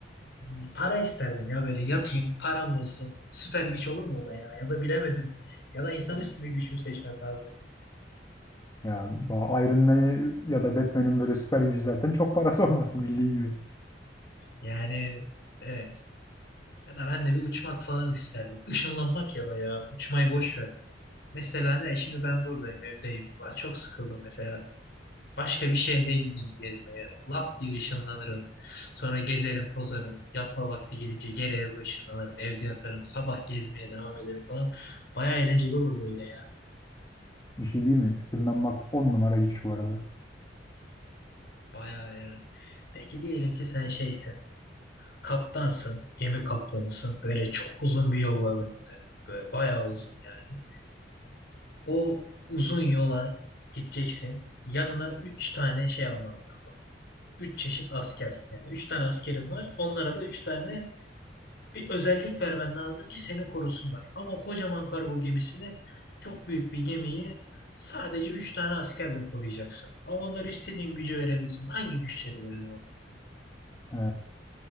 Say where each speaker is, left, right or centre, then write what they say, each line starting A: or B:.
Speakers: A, on the left; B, on the left.
A: hani, para isterdim ya böyle yatayım, param olsun. Süper güç olur mu o da ya? Ya da bilemedim. Ya da insanüstü bir güç mü seçmem lazım?
B: Ya bu Iron Man ya da Batman'in böyle süper gücü zaten çok parası <laughs> olması bildiği gibi.
A: Yani evet. Ya da ben de bir uçmak falan isterdim. Işınlanmak ya da ya. Uçmayı boş ver. Mesela ne? Şimdi ben buradayım, evdeyim. Ulan çok sıkıldım mesela. Başka bir şehre gideyim gezmeye. Lap diye ışınlanırım. Sonra gezerim, tozarım. Yatma vakti gelince geri eve ışınlanırım. Evde yatarım. Sabah gezmeye devam ederim falan. Baya eğlenceli olurdu öyle ya.
B: Bir şey değil mi? Işınlanmak 10 numara güç bu arada.
A: Baya ya. Peki diyelim ki sen şeysin. Kaptansın. Gemi kaptanısın. Böyle çok uzun bir yol var önünde. Böyle bayağı uzun yani. O uzun yola gideceksin. Yanına üç tane şey alman lazım. Üç çeşit asker. Yani üç tane askerin var. Onlara da üç tane bir özellik vermen lazım ki seni korusunlar. Ama kocaman kargo gemisini çok büyük bir gemiyi sadece 3 tane askerle koruyacaksın. Ama onlara istediğin gücü verebilirsin. Hangi güçleri verelim ona?
B: Ee,